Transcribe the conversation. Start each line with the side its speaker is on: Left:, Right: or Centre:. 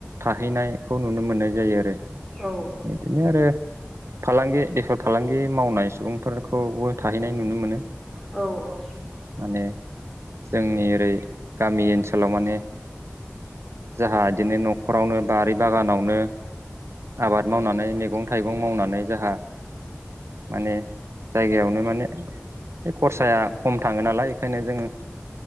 Right: थाहैनायखौ नुनो मोननाय जायो आरो
Centre: औ औ
Right: बिदिनो आरो फालांगि बेफार फालांगि मावनाय सुबुंफोरखौबो थाहैनाय नुनो मोनो
Centre: औ औ
Right: माने जोंनि ओरै गामि ओनसोलाव माने जोंहा बिदिनो न'खरावनो बारि बागानावनो आबाद मावनानै मैगं थाइगं मावनानै जोंहा माने जायगायावनो माने बे खरसाया खम थाङो नालाय बेखायनो जोङो